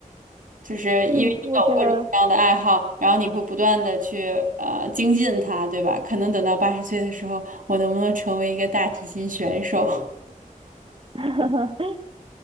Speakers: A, on the right (about 65°); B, on the right (about 35°).
A: 就是因为你有各种各样的爱好，
B: 嗯，我觉得
A: 然后你会不断的去呃精进它，对吧？可能等到八十岁的时候，我能不能成为一个大提琴选手？
B: <laughs>